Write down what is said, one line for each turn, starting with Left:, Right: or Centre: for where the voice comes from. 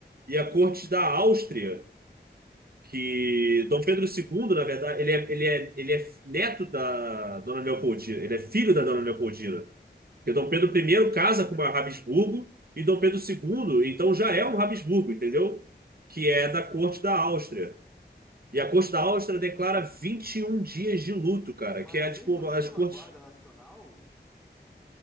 Right: e a corte da Áustria, que Dom Pedro II, na verdade, ele é, ele é, ele é neto da Dona Leopoldina, ele é filho da Dona Leopoldina. Porque Dom Pedro I casa com uma Habsburgo e Dom Pedro II, então já é um Habsburgo, entendeu? Que é
Centre: Olha
Right: da
Centre: aí.
Right: corte da Áustria. E a corte da Áustria declara 21 dias de luto, cara,
Centre: Mas
Right: que é tipo
Centre: ele não tinha
Right: as
Centre: uma
Right: cortes.
Centre: guarda nacional?